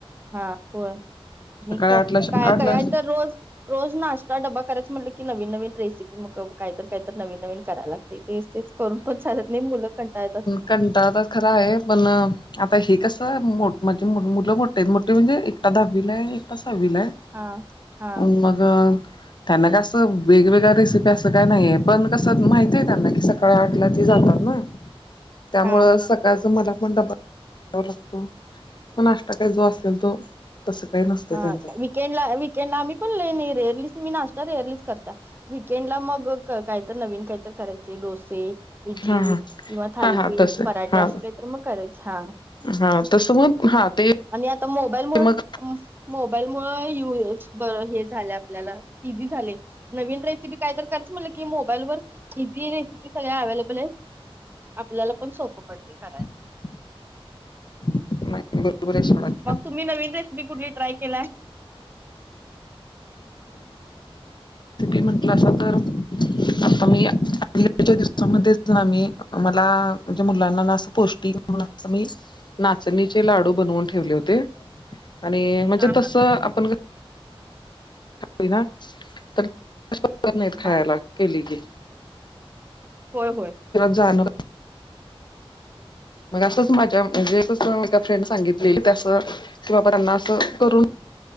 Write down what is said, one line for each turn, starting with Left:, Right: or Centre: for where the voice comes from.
Right: हा होय, आणि काय,
Left: आठला
Right: काय
Left: आठला
Right: करायच रोज. रोज नाश्ता डबा करायच म्हटलं की, नविन नविन रेसिपी मग काय तर काय तर नविन नविन. कराय लागतय तेच तेच करून पण चालत नाही, मुलं कंटाळतात.
Left: कंटाळा तर खरं आहे पण, आता हे कसं म्हणजे मुलं मोठ ताण, मोठ्ठी म्हणजे एकटा दहावीला आहे, आणि एकटा सहावीला आहे.
Right: हा हा.
Left: मग, त्यांना काय असं वेगवेगळ्या रेसिपी असं काय नाहीये पण कसं माहितीय त्यांना की, सकाळ आठला ते जातात ना त्यामुळे
Right: हा
Left: सकाळच मला पण डबा डबा लागतो म नाष्टा काही जो असेल तो तसं काही नसतं.
Right: हा
Left: त्यांचं
Right: वीकेंडला विकेंडल ला आम्ही पण रेयरली मी नाश्ता रेअरलीच करता वकेंड ला मग काहीत नवीन काहीत करायचे डोसे इडली
Left: हा हा
Right: किंवा थालीपीठ
Left: हा हा तस
Right: पराठे
Left: हा
Right: असं काही तर मग करायच हां
Left: हा तसं मग हा ते
Right: आणि आता मोबाईल मूळ
Left: मग
Right: मोबाईल मूळ यू हे झालं आपल्याला. इझी झालयं, नवीन रेसिपी काय तर करायच म्हटलं की मोबाईल वर इझी सगळ अव्हेलेबल आहे, आपल्याला पण सोपं पडत करायला.
Left: <unintelligible> नाही बरोबर आहे सोडा
Right: मग तुम्ही नवीन रेसिपी कुठली ट्रय केलाय
Left: म्हणटला असत आता मी आच्या दिवसामध्येच ना मी मला म्हणजे मुलांना ना असं पौष्टिक म्ह मी नाचणीचे लाडू बनवून ठेवले होते आणि म्हणजे
Right: हा
Left: तस
Right: हा
Left: आपण ना तर नाहीत खायला
Right: हा
Left: केली की
Right: हो हो
Left: जाण मग असंच माझ्या म्हणजे ए फ्रेंड सांगितले की बाबा त्यांना अस कर